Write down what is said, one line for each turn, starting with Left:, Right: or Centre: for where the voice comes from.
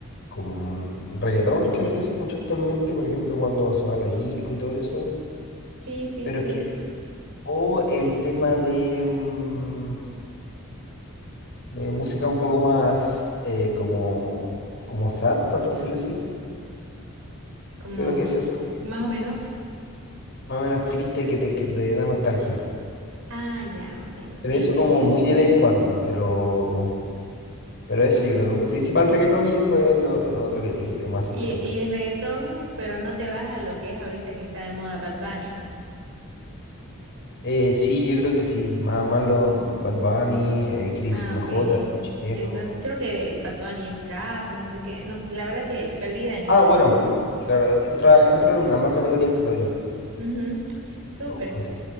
Left: con reggaetón, que es lo que se escucha actualmente, por ejemplo, cuando se va a la disco y todo eso,
Right: Sí, sí,
Left: pero
Right: sí.
Left: es que, o el tema de, mm, de música un poco más eh, como, como sad, por decirlo así,
Right: Como
Left: yo creo que eso es eh,
Right: más o menos.
Left: sí, más o menos triste que te, que te da nostalgia.
Right: Ah, ya, ok.
Left: Pero
Right: Sí,
Left: eso
Right: te
Left: como
Right: entiendo.
Left: muy de vez en cuando, pero... Pero eso yo creo que principal reggaetón y después lo, lo otro que te dije yo, más sentimental.
Right: Y, y reggaetón, pero no te vas a lo que es ahorita que está de moda Bad Bunny.
Left: Eh, sí, yo creo que sí. Más, más los Bad Bunny, eh, Cris
Right: Ah,
Left: MJ,
Right: ok.
Left: chileno.
Right: Entonces creo que Bad Bunny es trap, no sé qué. No, la verdad que perdida en eso.
Left: Ah, bueno,
Right: Ujú.
Left: claro, entra, entra en ambas categorías, creo yo.
Right: Ujú. Súper.
Left: Oh, puede ser.